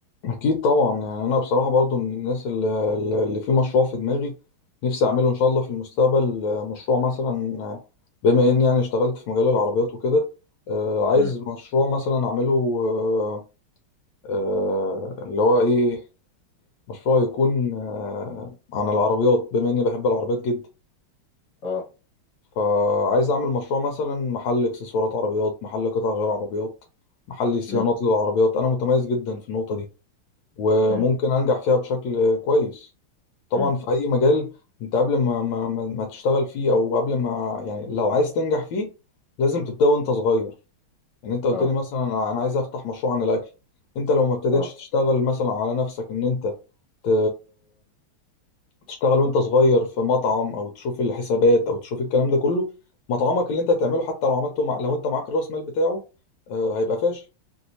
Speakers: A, on the left; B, on the left.
A: أكيد طبعا يعني أنا بصراحة برضو من الناس اللي, اللي في مشروع في دماغي نفسي أعمله إن شاء الله في المستقبل آه، مشروع مثلا آه، بما إني يعني اشتغلت في مجال العربيات وكده آه، عايز
B: امم
A: مشروع مثلا أعمله آه، آه، اللي هو إيه مشروع يكون آه، عن العربيات بما إني بحب العربيات جدا
B: اه
A: فعايز أعمل مشروع مثلا محل إكسسوارات عربيات محل قطع غير عربيات محل صيانات
B: امم
A: للعربيات أنا متميز جدا في النقطة دي وممكن
B: امم
A: انجح فيها بشكل كويس طبعا
B: امم
A: في اي مجال انت قبل ما ما ما ما تشتغل فيه او قبل ما يعني لو عايز تنجح فيه لازم تبدا وانت صغير يعني انت قلت
B: اه
A: لي مثلا انا أنا عايز افتح مشروع عن الاكل انت لو ما ابتديتش
B: اه
A: تشتغل مثلا على نفسك ان انت ت- تشتغل وانت صغير في مطعم او تشوف الحسابات او تشوف الكلام ده كله مطعمك اللي انت هتعمله حتى لو عملته مع... لو انت معاك الراس مال بتاعه آه، هيبقى فاشل